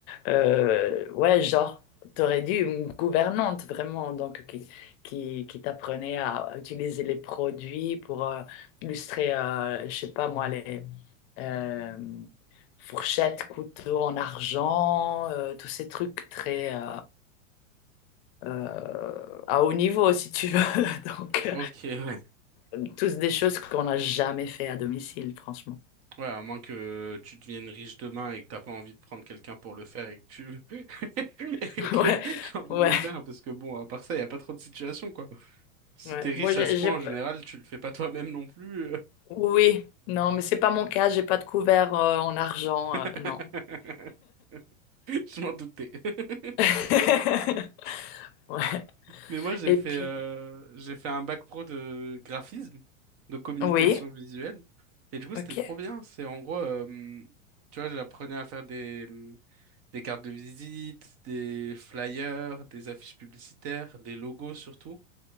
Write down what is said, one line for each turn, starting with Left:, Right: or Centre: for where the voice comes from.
Left: Euh, ouais, genre, t'aurais dit une gouvernante vraiment, donc qui, qui, qui t'apprenait à à utiliser les produits pour euh, illustrer, euh, je sais pas moi, les euh, fourchettes, couteaux en argent, euh, tous ces trucs très euh, euh, à haut niveau, si tu veux. <laughs> Donc,
Right: Ok. Ouais.
Left: euh, tous des choses qu'on n'a jamais fait à domicile, franchement.
Right: Ouais, à moins que tu deviennes riche demain et que t'as pas envie de prendre quelqu'un pour le faire et que tu <laughs>
Left: <laughs>
Right: et que
Left: Ouais,
Right: j'ai envie
Left: ouais,
Right: de le faire parce que bon, à part ça, y a pas trop de situations quoi. Si
Left: ouais.
Right: t'es riche
Left: Moi, j'ai
Right: à ce point,
Left: j'ai-
Right: en général, tu le fais pas toi-même non plus. euh.
Left: Oui, non, mais c'est pas mon cas, j'ai pas de couvert euh, en argent,
Right: <laughs>
Left: euh, non.
Right: Je m'en doutais. <laughs>
Left: <laughs> Ouais.
Right: Mais moi, j'ai
Left: Et
Right: fait
Left: puis,
Right: euh, j'ai fait un bac pro de graphisme, de communication
Left: oui,
Right: visuelle et du coup, c'était
Left: ok.
Right: trop bien. C'est en gros, euh, tu vois, j'apprenais à faire des Des cartes de visite, des flyers, des affiches publicitaires, des logos surtout.